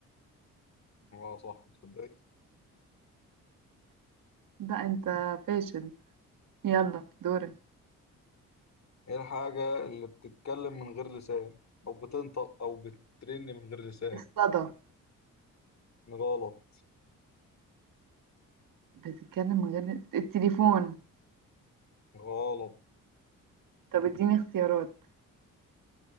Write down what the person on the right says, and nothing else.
لا انت فاشل يلا دورك
الصدى
بتتكلم من غير التليفون
طب اديني اختيارات